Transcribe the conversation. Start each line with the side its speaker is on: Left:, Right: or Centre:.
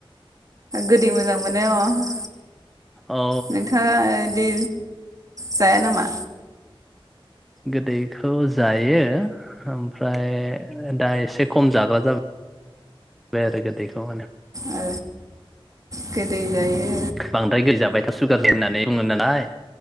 Right: गोदै मोजां मोनो। अ
Centre: औ
Right: नोंथाङादि जाया नामा?
Centre: गोदैखौ जायो ओमफ्राय दा एसे खम जाग्रा जाबाय। जाया आरो गोदैखौ माने
Right: ओ गोदै जायो
Centre: बांद्राय गोदै जाबा थाबा सुगार जायो होननानै बुङो नानाय।